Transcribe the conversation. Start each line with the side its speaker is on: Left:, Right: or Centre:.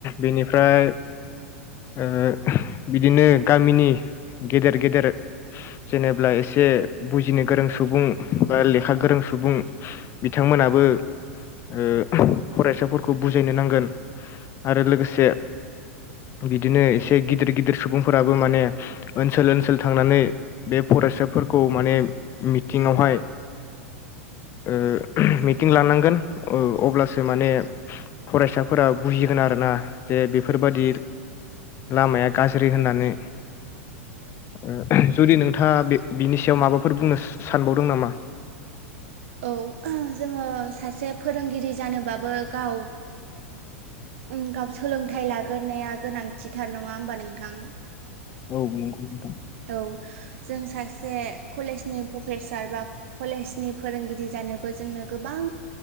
Left: बेनिफ्राय ओ बिदिनो गामिनि गेदेर गेदेर जेनेबा एसे बुजिनो गोरों सुबुं बा लेखा गोरों सुबुं बिथां बिथांमोनाबो ओ फरायसाफोरखौ बुजायनो नांगोन आरो लोगोसे बिदिनो एसे गिदिर गिदिर सुबुंफोराबो माने ओनसोल ओनसोल थांनानै बे फरायसाफोरखौ माने मिथिंआवहाय
Right: <inaudible>
Left: ओ मिटिं लानांगोन अब्लासो माने फरायसाफोरा बुजियो थिगोन आरोना जे बेफोरबादि लामाया गाज्रि होननानै ओ जुदि नोंथाङा बिनि सायाव माबाफोर बुंनो सानबावदों नामा
Right: औ जोङो ओह सासे फोरोंगिरि जानोबाबो गाव उम गाव सोलोंथाइ लाग्रोनाया गोनांथिथार नङा होमबा नोंथां
Left: औ नंगौ नोंथां
Right: औ जों सासे कलेजनि प्रफेसार बा कलेजनि फोरोंगिरि जा जानोबो जोंनो गोबां